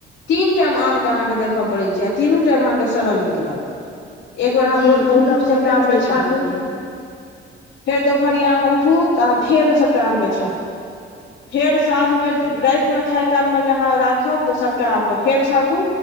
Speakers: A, on the left; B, on the left.
A: तीन टाम आमके अहाँके देखय पड़ैत छै आ तीनू टाइम अहाँके सड़ल निकलत एक बेर अहाँ
B: जी
A: भोर मे
B: ई
A: उठू
B: गप
A: तऽ सभटा
B: एकदम
A: आमके
B: सही
A: छाँटू
B: कहलियै
A: फेर दोपहरियामे उठू तऽ अहाँ फेर सभटा आमके छाँटू फेर साँझ मे राति मे खाय काल मे जे अहाँ राखब तऽ सभ सभटा आमके फेर छाँटू